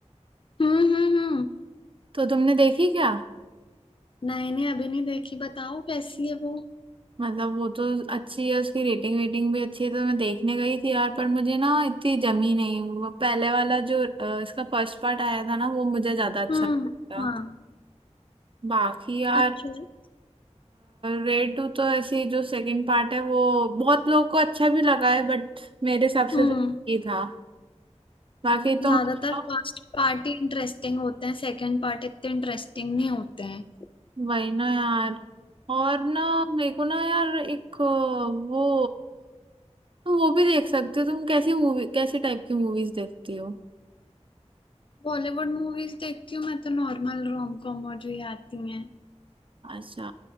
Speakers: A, on the left (about 45°); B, on the right (about 45°).
A: हम्म हम्म हम्म
B: तो तुमने देखी क्या
A: नहीं नहीं अभी नहीं देखी बताओ कैसी है वो
B: मतलब वो तो अच्छी है उसकी रेटिंग वेटिंग भी अच्छी है तो मैं देखने गई थी यार पर मुझे ना इतनी जमी नहीं वो पहले वाला जो अ, इसका फर्स्ट पार्ट आया था ना वो मुझे ज्यादा अच्छा
A: हम्म
B: लगा
A: हाँ
B: बाकी यार
A: अच्छा है।
B: रेड टू तो ऐसी जो सेकंड पार्ट है वो बहुत लोगों को अच्छा भी लगा है बट मेरे हिसाब
A: हम्म
B: से तो ही था बाकी
A: ज्यादातर
B: तुम बताओ।
A: फर्स्ट पार्ट ही इंटरेस्टिंग होते हैं सेकंड पार्ट इतने इंटरेस्टिंग नहीं होते हैं
B: वही ना यार और ना मेरे को ना यार एक अ, वो अ, वो भी देख सकते हो तुम कैसी मूवी कैसे टाइप की मूवीज देखती हो
A: बॉलीवुड मूवीज देखती हूँ मैं तो नॉर्मल रोम कॉम और जो ये आती हैं
B: अच्छा